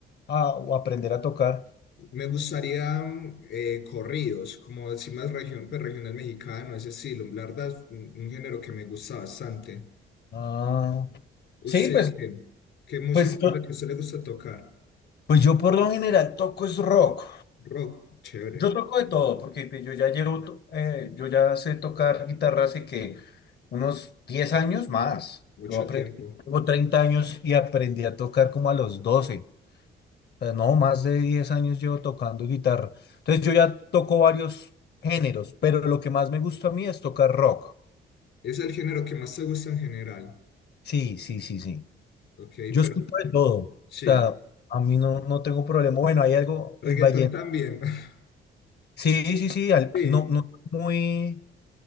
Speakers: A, on the left (about 55°); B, on the left (about 70°).
A: a- o aprender a tocar?
B: Me gustaría mm, eh, corridos, como decir más region, pues, regional mexicano, ese estilo. La verdad es un, un género que me gusta bastante.
A: Ah,
B: ¿Usted
A: sí, pues,
B: qué? ¿Qué música
A: pues, yo,
B: es la que a usted le gusta tocar?
A: pues yo por lo general toco es rock.
B: Rock, chévere,
A: Yo toco de todo, porque pues yo ya llevo, to- eh, yo ya sé tocar guitarra hace que unos 10 años más.
B: mucho
A: Lo aprendí,
B: tiempo.
A: tengo 30 años y aprendí a tocar como a los doce O sea, no, más de 10 años llevo tocando guitarra. Entonces yo ya toco varios géneros, pero lo que más me gusta a mí es tocar rock.
B: Es el género que más te gusta en general,
A: Sí, sí, sí, sí.
B: ok,
A: Yo
B: pero
A: escucho de todo. O
B: sí,
A: sea, a mí no, no tengo problema. Bueno, hay algo,
B: reggaetón
A: el vallenato.
B: también. <laughs>
A: Sí, sí, sí. al-
B: Sí,
A: no, no muy,